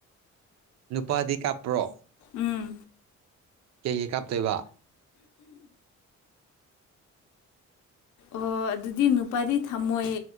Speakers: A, on the right; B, on the left.
A: ꯅꯨꯄꯥꯗꯤ ꯀꯥꯞꯄꯔꯣ
B: ꯎꯝ
A: ꯀꯩꯒꯤ ꯀꯞꯇꯣꯏꯕ
B: ꯑꯣ ꯑꯗꯨꯗꯤ ꯅꯨꯄꯥꯗꯤ ꯊꯝꯃꯣꯏ